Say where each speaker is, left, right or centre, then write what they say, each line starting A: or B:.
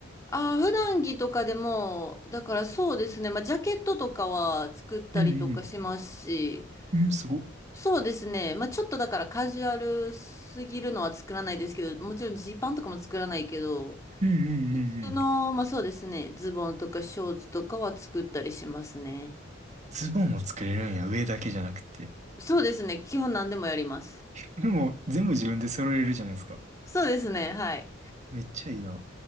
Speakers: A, on the left (about 15°); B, on the right (about 35°).
A: ああ、普段着とかでも、だからそうですね。まあ、ジャケットとかは作ったりとかしますし、
B: うんうん。うん、すごっ。
A: そうですね。まあ、ちょっとだからカジュアルすぎるのは作らないですけど、もちろんジーパンとかも作らないけど、
B: うんうんうんうん。
A: 普通の、まあそうですね。ズボンとかショーツとかは作ったりしますね。
B: ズボンも作れるんや、上だけじゃなくて。
A: そうですね。基本何でもやります。
B: でも、全部自分で揃えれるじゃないですか。
A: そうですね。はい。
B: めっちゃいいな。